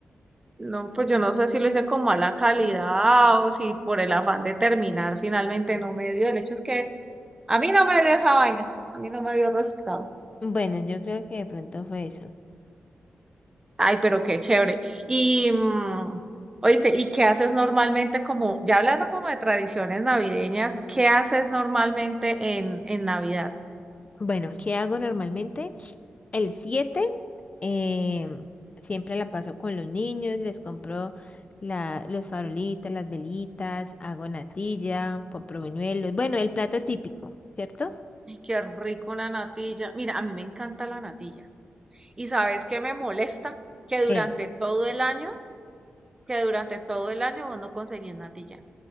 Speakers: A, on the right (about 15°); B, on the left (about 30°).
A: No, pues yo no sé si lo hice con mala calidad o si por el afán de terminar finalmente no me dio. El hecho es que A mí no me dio esa vaina, a mí no me dio resultado.
B: Bueno, yo creo que de pronto fue eso.
A: Ay, pero qué chévere. Y, mm, oíste, ¿y qué haces normalmente como, ya hablando como de tradiciones navideñas, ¿qué haces normalmente en, en Navidad?
B: Bueno, ¿qué hago normalmente? El 7? em, siempre la paso con los niños, les compro la, los farolitos, las velitas, hago natilla, compro buñuelos. Bueno, el plato típico, ¿cierto?
A: Ay, qué rico una natilla. Mira, a mí me encanta la natilla. ¿Y sabes qué me molesta? Que
B: ¿Qué?
A: durante todo el año, que durante todo el año vos no conseguís natilla.